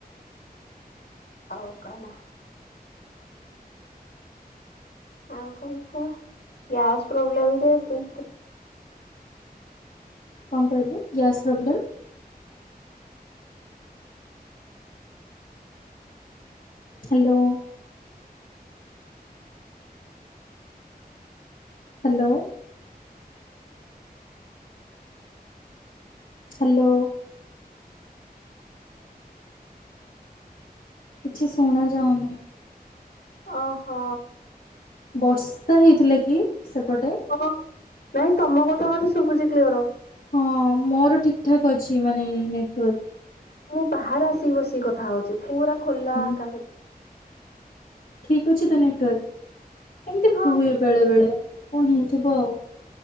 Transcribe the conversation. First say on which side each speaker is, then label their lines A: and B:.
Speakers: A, on the left; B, on the left.
A: ଆଉ କଣ? ଆଉ କଣ କୁହ ଗ୍ୟାସ୍ ପ୍ରୋବ୍ଲେମ୍ ଯେହେତୁ ସେ
B: କଣ କହିଲୁ gas problem? Hello. Hello. Hello. କିଛି ଶୁଣାଯାଉନି।
A: ଓ ହୋ।
B: ବର୍ଷା ହେଇଥିଲା କି ସେପଟେ?
A: ତମ- ନାଇଁ ତମ କଥା ମତେ ଶୁଭୁଛି କ୍ଲିଅର।
B: ହଁ ମୋର ଠିକଠାକ୍ ଅଛି ମାନେ ନେଟୱାର୍କ।
A: ମୁଁ ବାହାରେ ଆସିକି ବସିକି କଥା ହଉଛି ପୁରା ଖୋଲା
B: ହଁ
A: ଆକାସ ତ
B: ଠିକ୍ ଅଛି ତ ନେଟୱାର୍କ ଏମିତି
A: ହଁ
B: ହୁଏ ବେଳେ ବେଳେ କଣ ହେଇଥିବ ଆଉ।